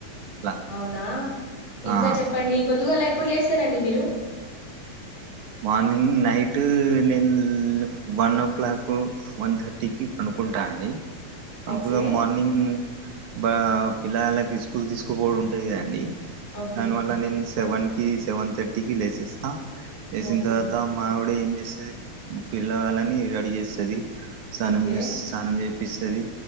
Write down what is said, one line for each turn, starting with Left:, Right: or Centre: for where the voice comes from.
Right: అట్లా
Left: అవునా ఇంకా
Right: ఆ
Left: చెప్పండి పొద్దుగాల ఎప్పుడు లేస్తారండి మీరు
Right: మార్నింగ్ నైట్ నేను వన్ ఓ క్లాక్ వన్ థర్టీకి పండుకుంటా అండి. అంకోసం
Left: ఓకే
Right: మార్నింగ్ భా పిల్లలకి స్కూల్ తీసుకోపోడం ఉంటాంది కదండి
Left: ఓకే
Right: దానివల్ల నేను సెవెన్ సెవెన్ థర్టీకి లేసస్తా లేసిన
Left: ఓకే
Right: తర్వాత మా ఆవిడి చేస్తది పిల్లగాలని రెడీ చేస్తది స్నానం
Left: ఓకే
Right: చేస్ స్నానం చేపిస్తే ఉంటది